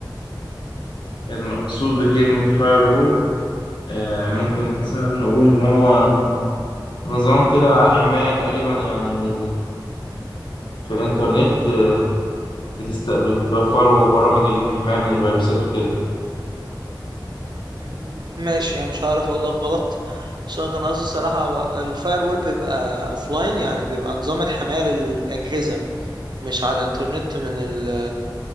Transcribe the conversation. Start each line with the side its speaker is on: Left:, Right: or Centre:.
Left: المقصود بكلمة فاير وول آه ممكن
Right: مم.
Left: مثلا نقول إن هو نظام كده حماية تقريبا يعني من في الإنترنت آه، بتست... بتوفروا برامج الحماية من الفيروسات وكده
Right: مم. ماشي انا مش هعرف اقول لك غلط بس انا كان قصدي الصراحة هو الفاير وول بيبقى اوفلاين يعني بيبقى نظام الحماية للأجهزة مش على الانترنت من ال